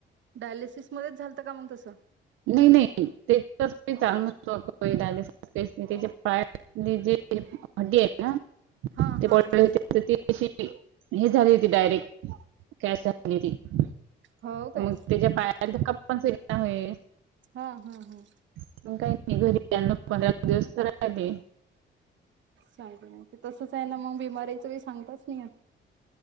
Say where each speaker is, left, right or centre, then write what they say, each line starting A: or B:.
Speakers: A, on the right (about 70°); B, on the right (about 85°).
A: डायलिसिसमध्येच झालतं का मग तसं?
B: नाही नाही ते <unintelligible> ही नाही त्याच्या पायातली जे हड्डीय ना
A: हा
B: ते
A: हा
B: बाॅटलच्या
A: हा
B: तर तशी हे झाली होती डायरेक्ट कॅश झालेली मग
A: हो काय
B: त्याच्या पायाने तर कप्पन <unintelligible>
A: हा हा हा
B: आजून काही नाही घरी पंधरा दिवस तर राहिले
A: सांग मा तसंच आहे ना मग बिमारीचं पण सांगताच नाही येत